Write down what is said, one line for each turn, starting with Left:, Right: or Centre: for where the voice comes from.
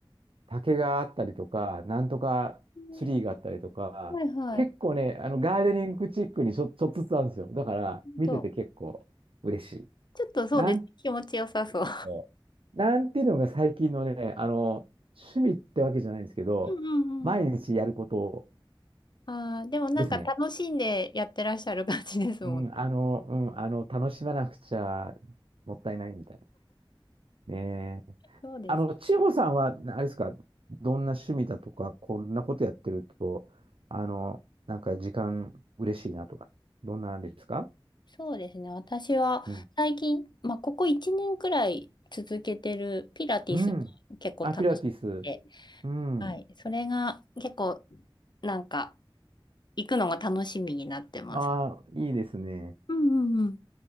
Right: 竹があったりとか、なんとかツリーがあったりとか、
Left: うんはいはい。
Right: 結構ね、あのガーデニングチックにちょ、ちょっとずつあるんですよ。だから、見てて結構嬉しい。
Left: と、ちょっとそうです。
Right: なん、
Left: 気持ちよさそう。
Right: そうなんていうのが最近のね、あの、趣味ってわけじゃないんですけど、
Left: うんうんうん。
Right: 毎日やること
Left: ああ、でもなんか楽しんでやってらっしゃる感じですもん。
Right: ですね。うん、あの、うん、あの、楽しまなくちゃもったいないみたいな。ねえ
Left: そうです。
Right: あの、千穂さんは、なあれですか、どんな趣味だとか、こんなことやってると、あの、なんか時間嬉しいなとか、どんなんですか
Left: そうですね。私は最近、
Right: うん。
Left: まあ、ここ1年くらい続けてるピラティスが結構楽しくて、
Right: うん。あ、ピラティス。うん。
Left: はい。それが結構、なんか、行くのが楽しみになってます。
Right: ああ、いいですね。
Left: うんうんうん。